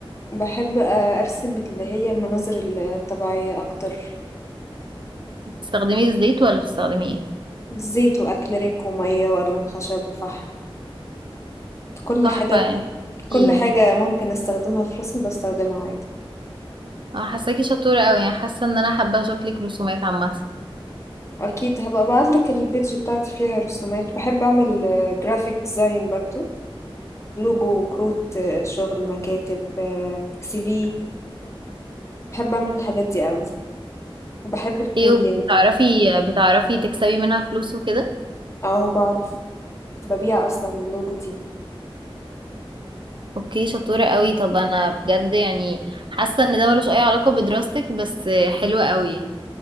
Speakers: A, on the left; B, on the right.
A: بحب آه، أرسم اللي هي المناظر الطبيعية أكتر
B: بتستخدمي الزيت ولا بتستخدمي ايه
A: زيت وأكريليك ومية وألوان خشب وفحم كل
B: تحفة
A: حاجة
B: يعني
A: كل
B: ايه
A: حاجة ممكن أستخدمها في رسم بستخدمها عادي
B: انا حاساكي شطورة قوي يعني حاسة ان انا حابة اشوف لك رسومات عامة
A: أكيد هبقى أبعتلك البيج بتاعتي فيها رسومات بحب أعمل جرافيك ديزاين برضو لوجو وكروت آه، شغل مكاتب سي في بحب أعمل الحاجات دي أوي وبحب الكودينج
B: ايه وبتعرفي بتعرفي تكسبي منها فلوس وكده
A: اه بعرف ببيع أصلا اللوجو دي
B: اوكي شطورة قوي طب انا بجد يعني حاسة ان ده ملوش اي علاقة بدراستك بس حلوة قوي يعني